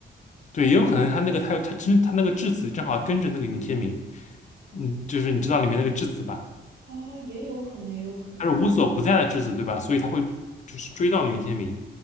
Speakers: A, on the left; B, on the right.
A: 对，也有可能他那个他有他真他那个质子正好跟着那个云天明，嗯，就是你知道里面那个质子吧？
B: 哦，也有可能，也有可能。
A: 他是无所不在的质子，对吧？所以他会就是追到云天明。